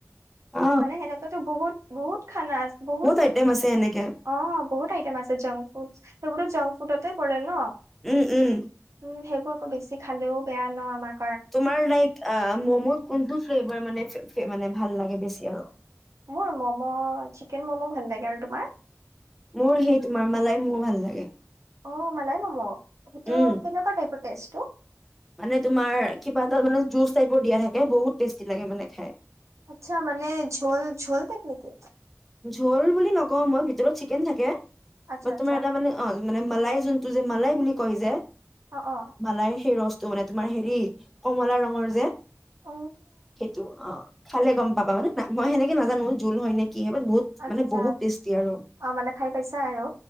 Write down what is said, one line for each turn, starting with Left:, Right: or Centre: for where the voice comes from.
Centre: অ
Right: মানে সেনেকুৱা তো বহুত বহুত খানা আছে বহুত
Centre: আইটেম আছে এনেকে
Right: অ'। বহুত আইটেম আছে জংক ফুড সেইবোৰো জংক ফুডতে পৰে ন'।
Centre: উম উম
Right: উম, হেই আকৌ বেছি খালেও বেয়া ন' আমাক
Centre: তোমাৰ লাইক ম'মো কোনটো ফ্লেভাৰ মানে মানে ভাল লাগে বেছি আৰু।
Right: মোৰ মম' চিকেন ম'ম' ভাল লাগে আৰু তোমাৰ?
Centre: মোৰ সেই তোমাৰ মালাই ম'ম' ভাল লাগে।
Right: অ', মালাই ম'ম'। সেইটো
Centre: উম
Right: কেনেকুৱা টাইপৰ টেষ্টটো?
Centre: মানে তোমাৰ কিবা এটা মানে জুচ টাইপৰ দিয়া থাকে বহুত টেষ্টি লাগে মানে খায়।
Right: আতচা মানে ঝোল ঝোল তেপ নেকি?
Centre: ঝোল বুলি নকওঁ, মই ভিতৰত চিকেন থাকে।
Right: আচ্ছা
Centre: বা
Right: আচ্ছা
Centre: তোমাৰ এটা মানে অ মানে মালাই যোনটো যে, মালাই বুলি কয় যে
Right: অ অ
Centre: মালাই সেই ৰচ তো মানে তোমাৰ হেৰি কমলা ৰঙৰ যে,
Right: অ
Centre: সেইটো অ', খালে গম পাবা মানে মই সেনেকে নাজানো জোল হয়, নে কি হয় বাট বহুত
Right: আতচা,
Centre: মানে
Right: আতচা
Centre: বহুত টেষ্টি আৰু
Right: অ', মানে খাই পাইছা আৰু